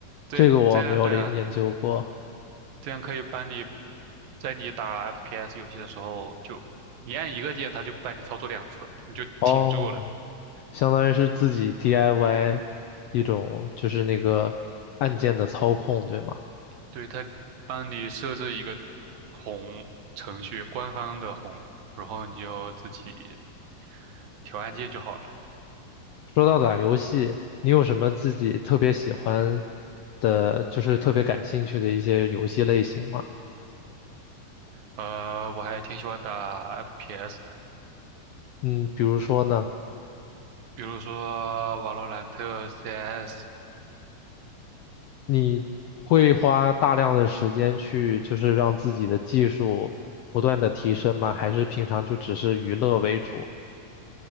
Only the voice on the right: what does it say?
这这样对啊。
这样可以帮你，在你打 FPS 游戏的时候，就你按一个键，它就帮你操作两次，你就挺住了。
对，它帮你设置一个红程序，官方的红，然后你就自己调按键就好了。
呃，我还挺喜欢打 FPS 的，
比如说瓦罗兰特、CS。